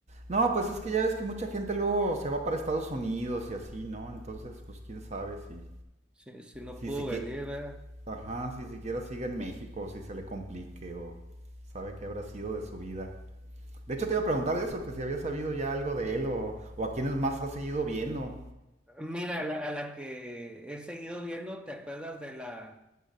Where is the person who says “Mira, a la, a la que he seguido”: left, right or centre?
Centre